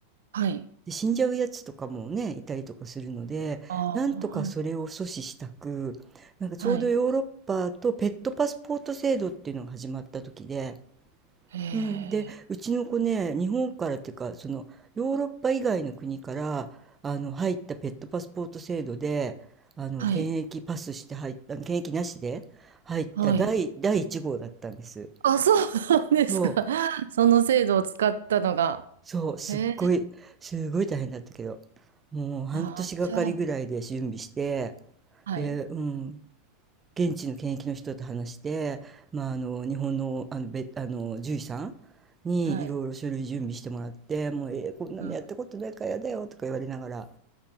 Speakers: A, on the right; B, on the right.
A: はい。
B: で死んじゃうやつとかもね、いたりとかするので、
A: あ
B: なんとかそれを阻止したく、
A: あ、はい。
B: なんかちょうどヨーロッパとペットパスポート制度っていうのが始まった時で、
A: はい。え
B: うん、でうちの子ね日本からっていうかそのヨーロッパ以外の国からあの入ったペットパスポート制度であの検疫パスして入った検疫なしで入った第、
A: え、はい。はい。
B: 第1号だったんです。
A: あ、そうなんですか。
B: そう
A: <laughs> その制度を使ったのが。
B: そうすっごいすごい大変だったけど
A: へえ。
B: もう半年がかりぐらいで準備して
A: ああ、じゃあ。はい。
B: で、うん、現地の検疫の人と話して、まあ、あの日本の、あの、別、あの獣医さんにいろいろ書類準備してもらって「もうえーこんなのやったことないからやだよ」とか言われながら
A: はい。うん。